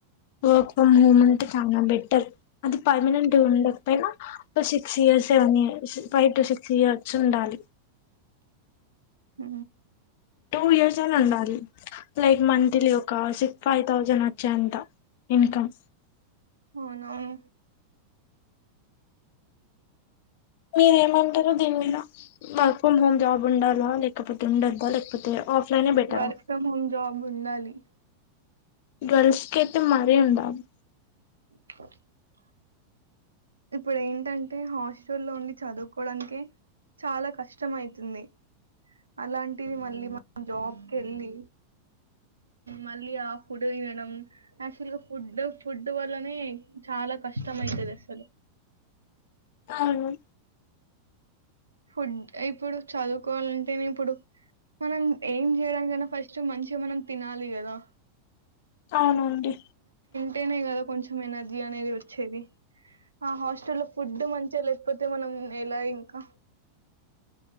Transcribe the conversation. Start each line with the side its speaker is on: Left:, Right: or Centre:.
Left: వర్క్ ఫ్రమ్ హోమ్ అంటే చాలా బెటర్ అది పర్మనెంట్ ఉండకపోయినా ఒక six year seven year five to six years ఉండాలి
Right: ఉ
Left: టూ ఇయర్స్ అని ఉండాలి లైక్ మంత్లీ ఒక సిక్ ఫైవ్ థౌసండ్ వచ్చాయి అంత ఇంకమ్
Right: అవునువును
Left: మీరేమంటార దీని మీల వర్క్ ఫ్రోమ్ హోమ్ జాబ్ ఉండాలా లేకపోతే ఉండద్దా లేకపోతే ఆఫ్లైనే బెటరా
Right: వర్క్ ఫ్రమ్ హోమ్ జాబ్ ఉండాలి
Left: గల్స్ కైతే మరి ఉండలి
Right: స ఇప్పుడు ఏంటంటే హాస్టల్లో ఉండి చదువుకోవడానికే చాలా కష్టం అవుతుంది అలాంటిది మళ్ళీ మనం జాబ్కి వెళ్ళి మళ్ళీ ఆ ఫుడ్ తినడం యాక్చువల్ గా ఫుడ్ ఫుడ్ వల్లనే చాలా కష్టమైతది అసలు
Left: అవును
Right: ఫుడ్ ఇప్పుడు చదువుకోవాలంటెనే ఇప్పుడు మనం ఏం చేయడానికన్నా ఫస్ట్ మంచిగా మనం తినాలి కదా
Left: అవునండి
Right: టెనే కదా కొంచెం ఎనర్జీ అనేది వచ్చేది ఆ హాస్టల్ లో ఫుడ్ మంచిగా లేక్ పోతే మనం ఎలా ఇంకా